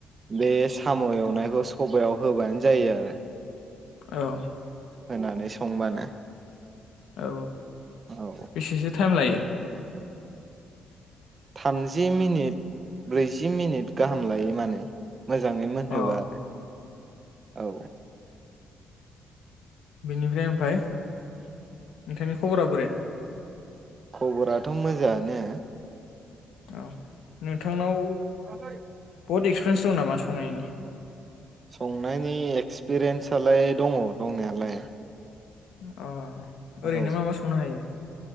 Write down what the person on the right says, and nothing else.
बे साम' एवनायखौ सबायाव होबानो जायो आरो।
होनानै संबानो।
औ
थामजि मिनिट ब्रैजि मिनिट गाहाम लायो मानो। मोजाङै मोनहोब्ला
आरो औ।
खबराथ' मोजांङानो।
<unintelligible>
संनायनि एक्सपिरियेन्सलाय दङ दंनायालाय
औ